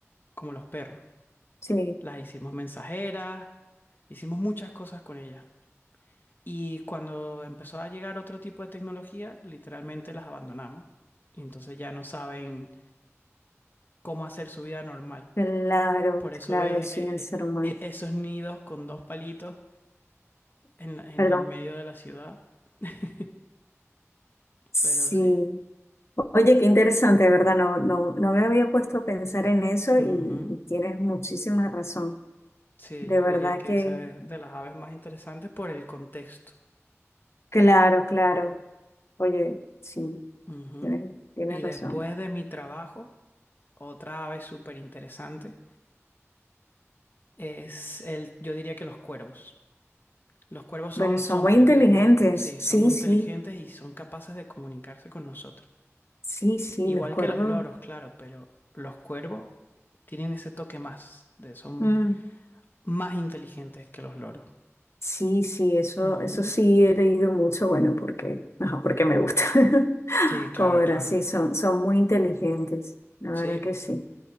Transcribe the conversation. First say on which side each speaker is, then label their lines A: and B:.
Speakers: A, on the left; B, on the left.
A: como los perros.
B: sí,
A: Las hicimos mensajeras, hicimos muchas cosas con ellas. Y cuando empezó a llegar otro tipo de tecnología, literalmente las abandonamos. Y entonces ya no saben cómo hacer su vida normal.
B: claro,
A: Por eso
B: claro,
A: ves
B: sí,
A: eh,
B: el
A: eh,
B: ser humano.
A: esos nidos con dos palitos en, la- en
B: Perdón.
A: el medio de la ciudad. <laughs>
B: Sí.
A: Pero sí.
B: Oye, qué interesante, ¿verdad? No, no, no me había puesto a pensar en eso
A: ujú.
B: y, y tienes muchísima razón.
A: Sí,
B: De
A: yo
B: verdad
A: diría que
B: que,
A: esa es de las aves más interesantes por el contexto.
B: claro, claro. Oye, sí,
A: Ujú.
B: tienes, tienes
A: Y después
B: razón.
A: de mi trabajo, otra ave súper interesante es el, yo diría que los cuervos. Los cuervos
B: Bueno,
A: son
B: son
A: sorprendentes,
B: muy inteligentes.
A: sí,
B: Sí,
A: son muy
B: sí,
A: inteligentes y son capaces de comunicarse con nosotros.
B: sí, sí,
A: Igual
B: los cuervos.
A: que los loros, claro, pero los cuervos tienen ese toque más, de, son
B: Mm,
A: más inteligentes que los loros.
B: Sí, sí, eso,
A: Ujú.
B: eso sí he leído mucho, bueno, porque, <laughs> ajá, porque me gusta. <laughs>
A: Sí, claro,
B: Como verás,
A: claro.
B: sí, son, son muy inteligentes. La
A: Sí,
B: verdad que sí.